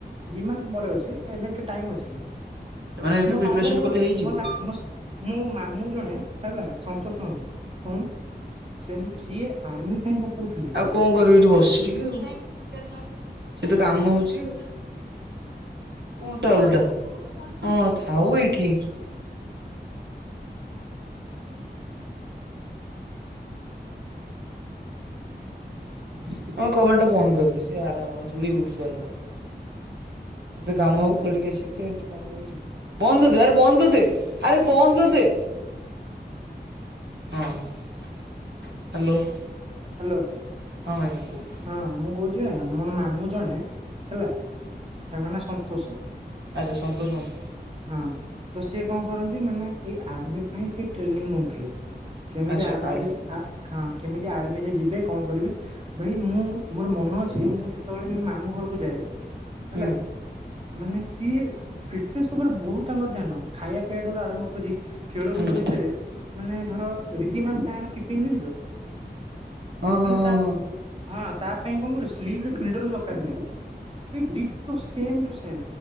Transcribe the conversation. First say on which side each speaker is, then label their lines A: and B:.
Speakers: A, on the right; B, on the right.
A: ଦି ମାସ ପରେ ଅଛି ଏବେତ ଟାଇମ ଅଛି।
B: ମାନେ ଏବେ
A: ମୋ
B: ପ୍ରିପାରେସନ୍
A: ସାଙ୍ଗୋଟେ ଗୋଟେ
B: କଲେ ହେଇଯିବ?
A: ମୋ ସାଙ୍ଗ ମୋ ସା ମୋ ମାମୁଁ ଜଣେ ହେଲା ସନ୍ତୋଷ ମାମୁଁ ଶୁଣ ସେ ସିଏ ଆର୍ମି ପାଇଁ ପକଉଥିଲେ
B: ଆଉ କଣ କରିବି ଏଠି ବସିଛି ଟିକେ ଆଉ ସେଠି କାମ ହଉଚି ଆଉ। କଣଟା ଓଲଟା ହଁ ଥାଉ ଏଇଠି। ଆଁ କବଟ ଟା ବନ୍ଦ କରିଦେଉଛି <unintelligible> ଧୁଳି ଉଡୁଛି ବାରମ୍ବାର। ତତେ କାମ ହବ ଖୋଲିକି ଆସିବୁ ଫେରେ ତୋ କାମ କରିକି ଯିବୁ ବନ୍ଦ କରିଦେ ଆରେ ବନ୍ଦ କରିଦେ ଆରେ ବନ୍ଦ କରିଦେ ହଁ ହ୍ୟାଲୋ।
A: ହ୍ୟାଲୋ।
B: ହଁ ଭାଇନା କୁହ।
A: ହଁ ମୁଁ କହୁଛି ମୋର ମାମୁଁ ଜଣେ ହେଲା ତାଙ୍କ ନା ସନ୍ତୋଷ।
B: ଆଚ୍ଛା ସନ୍ତୋଷ ମାମୁଁ
A: ହଁ ତ ସିଏ କଣ କରନ୍ତି ମାନେ ଏଇ ଆର୍ମି ପାଇଁ ସେ ଟ୍ରେନିଂ ନଉଥିଲେ। କେମିତି
B: ଆଚ୍ଛା
A: ଆର୍ମିରେ
B: ଆର୍ମି
A: ଆ ହଁ କେମିତି ଆର୍ମି ଯିବେ କଣ କରିବେ ଭାଇ ମୁଁ ମୋର ମନ ଅଛି ମୁଁ ଯେତେବେଳେ ମୋ ମାମୁଁ ଘରକୁ ଯାଏ। ହେଲା
B: ହୁଁ
A: ମାନେ ସିଏ ଫିଟନେସ୍ ଉପରେ ବୋହୁତ ତାଙ୍କର ଧ୍ୟାନ। ଖାଇବା ପିଇବା ଠାରୁ ଆରମ୍ଭ କରି ଖେଳକୁଦ
B: ହୁଁ
A: ଭିତରେ ମାନେ ଧର ରିଦ୍ଦିମାନ ସାରଙ୍କ କିପିଙ୍ଗ ଦେଖିଛ?
B: ହଁ ହଁ
A: ମାନେ
B: ହଁ
A: ତା
B: ହଁ।
A: ହଁ ତା ପାଇଁ କଣ କଲୁ ସ୍ଲିପ ରେ ଫିଲଟର ବି ଦରକାର ନାହିଁ। ସେ ଡିଟୋ ସେମ ଟୁ ସେମ